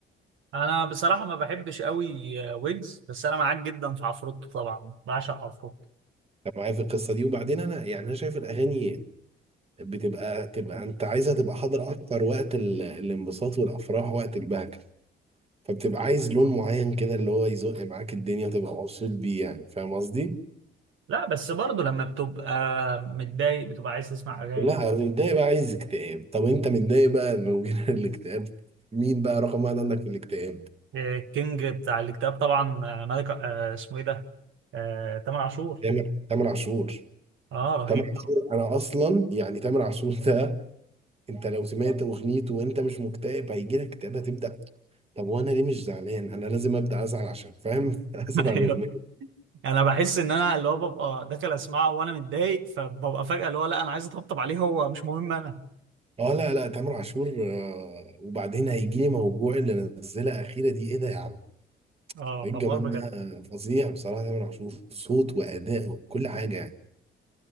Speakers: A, on the right (about 80°); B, on the right (about 30°).
A: انا بصراحه ما بحبش قوي آه، ويجز بس انا معاك جدا في عفروتو طبعا بعشق عفروتو
B: انت معايا في القصه دي وبعدين انا يعني انا شايف الاغاني بتبقى تبقى انت عايزها تبقى حاضر اكتر وقت ال... الانبساط والافراح وقت البهجه فبتبقى عايز لون معين كده اللي هو يزق معاك الدنيا وتبقى مبسوط بيه يعني فاهم قصدي؟
A: لا بس برضه لما بتبقى متضايق بتبقى عايز تسمع اغاني
B: لا متضايق بقى عايز اكتئاب طب انت متضايق بقى لو جينا <laughs> الاكتئاب مين بقى رقم واحد عندك في الاكتئاب؟
A: الكينج بتاع الكتاب طبعا آه، ملك آه، اسمه ايه ده آه، تامر عاشور
B: تامر تامر عاشور
A: اه رهيب
B: تامر عاشور
A: طبعا
B: انا اصلا يعني تامر عاشور ده انت لو سمعت اغنيته وانت مش مكتئب هيجي لك اكتئاب هتبدا طب وانا ليه مش زعلان؟ انا لازم ابدا ازعل عشان فاهم؟ <laughs> اسمع
A: <laughs>
B: الاغنيه
A: ايوه انا بحس ان انا اللي هو ببقى داخل اسمعه وانا متضايق فببقى فجأة اللي هو لا انا عايز اطبطب عليه هو مش مهم انا
B: اه لا لا تامر عاشور آه، وبعدين هيجي لي موجوع اللي نزلها اخيره دي ايه ده يا عم
A: اه
B: ايه الجمال
A: دمار بجد
B: ده آه، فظيع بصراحه تامر عاشور صوت واداء وكل حاجه يعني